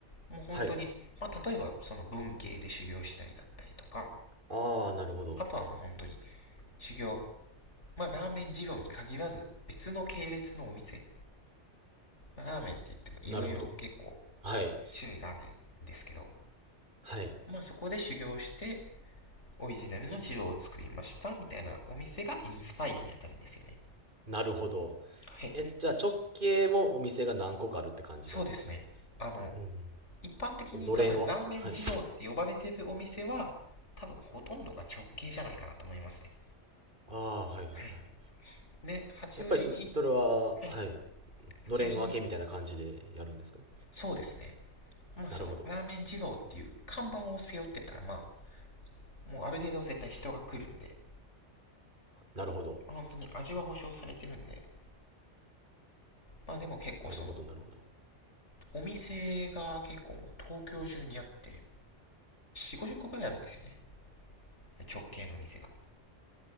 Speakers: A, on the left; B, on the right.
A: もう本当に、
B: はい。
A: まあ、例えばその文系で修行したりだったりとか、
B: ああ、なるほど。
A: あとはもう本当に、修行、まあ、ラーメン二郎に限らず、別の系列のお店、まあ、ラーメンって言っても色々結構
B: なるほど。はい。
A: 種類があるんですけど、
B: はい。
A: まあそこで修行して、オリジナルのジローを作りました、みたいなお店がインスパイアに当たるんですよね。
B: なるほど。
A: はい。
B: え、じゃあ直系もお店が何個かあるって感じなんですかね。
A: そうですね。あの、
B: うん。
A: 一般的に多分ラーメン二郎って呼ばれてるお店は、
B: こののれんを。はい。
A: 多分ほとんどが直系じゃないかなと思いますね。
B: ああ、はいはいはい。
A: はい。で、八王子に、
B: やっぱりすそれは、
A: はい。
B: はい。
A: 八王子に、
B: のれん分けみたいな感じでやるんですかね。
A: そうですね。まあその、
B: なるほど。
A: ラーメン二郎っていう看板を背負ってたら、まあ、もうある程度絶対人が来るんで、
B: なるほど。
A: まあ本当に味は保証されてるんで、まあでも結構その、
B: なるほどなるほど。
A: お店が結構もう東京中にあって、4、50個くらいあるんですよね。直系の店が。